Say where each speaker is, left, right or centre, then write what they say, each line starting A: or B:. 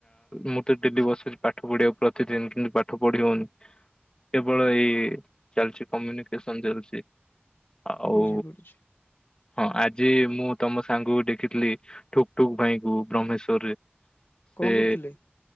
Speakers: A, on the left; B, on the left.
A: ମୁଁ ତ ଡେଦି ବସରେ ପାଠ ପଢିବାକୁ ପ୍ରତିଦିନ କିନ୍ତୁ ପାଠ ପଢି ହଉନି। କେବଳ ଏଇ ଚାଲିଛି କମ୍ୟୁନିକେସନ ଚାଲିଛି। ଆଉ
B: ବୁଝିପାରୁଛି।
A: ହଁ ଆଜି ମୁଁ ତମ ସାଙ୍ଗକୁ ଦେଖିଥିଲି। ଠୁକ୍ ଠୁକ୍ ଭାଇ ଙ୍କୁ ବ୍ରହ୍ମେଶ୍ଵରରେ ସେ
B: କଣ କରୁଥିଲେ